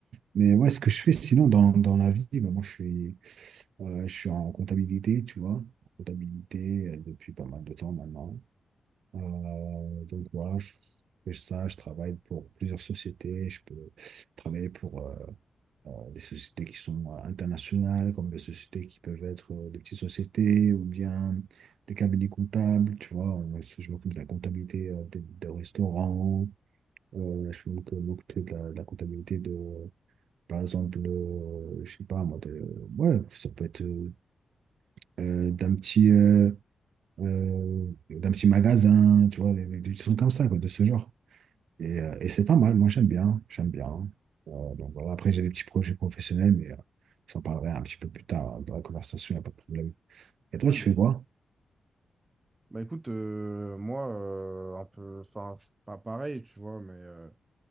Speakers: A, on the right; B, on the right.
A: Mais ouais, ce que je fais sinon dans, dans la vie, bah, moi, je suis, euh, je suis en comptabilité, tu vois, en comptabilité euh, depuis pas mal de temps maintenant. Euh, donc voilà, je fais ça, je travaille pour plusieurs sociétés, je peux travailler pour. euh, euh, des sociétés qui sont euh, internationales, comme des sociétés qui peuvent être euh, des petites sociétés ou bien des cabinets comptables, tu vois. On- Je m'occupe de la comptabilité euh, des, des restaurants, euh, je m'occupe m'occupe de la, de la comptabilité de, par exemple, le, je sais pas moi, de- ouais, ça peut être euh, euh, d'un petit, euh, euh, d'un petit magasin, tu vois, des, des- des trucs comme ça, quoi, de ce genre. Et, euh, et c'est pas mal, moi j'aime bien, j'aime bien. Euh, donc voilà, après j'ai des petits projets professionnels, mais euh, j'en parlerai un petit peu plus tard hein, dans la conversation, il n'y a pas de problème. Et toi,
B: Ouais,
A: tu
B: bah
A: fais quoi?
B: bah, écoute, euh, moi, euh, un peu, enfin, je suis pas pareil, tu vois, mais euh,